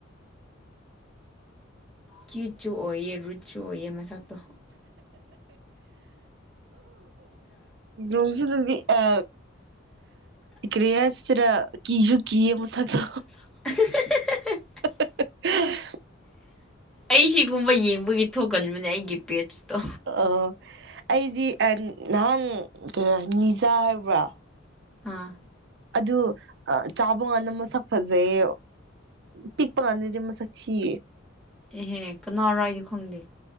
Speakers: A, in the centre; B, on the right.
A: ꯀꯤꯆ ꯆꯨ ꯑꯣꯏꯏꯌꯦ ꯔꯨꯆ ꯆꯨ ꯑꯣꯏꯌꯦ ꯃꯁꯀꯛꯇ
B: ꯑꯣꯁꯤꯗꯤ ꯑ ꯀ꯭ꯔꯤꯁꯇꯔ ꯀꯁꯨ ꯀꯤꯌꯦ ꯃꯁꯛꯗꯣ
A: <inaudible>
B: <inaudible>
A: ꯑꯩ ꯁꯤꯒꯨꯝꯕ ꯌꯦꯡꯕꯒꯤ ꯊꯣꯛꯀꯟꯕꯅꯦ ꯑꯩꯒꯤ ꯄꯦꯠꯁꯇꯣ
B: ꯑꯣ ꯑꯩꯗꯤ ꯅꯍꯥꯟ ꯀꯩꯅꯣ ꯅꯤꯖꯥ ꯍꯥꯏꯕ꯭ꯔꯥ
A: ꯑꯥ
B: ꯑꯗꯨ ꯆꯥꯕ ꯉꯥꯟꯗ ꯃꯁꯛ ꯐꯖꯩ ꯄꯤꯛ ꯄꯥꯗꯗꯤ ꯃꯁꯛ ꯊꯤ
A: ꯑꯦꯍꯦ ꯀꯅꯥꯔꯏꯗꯤ ꯈꯪꯗꯦ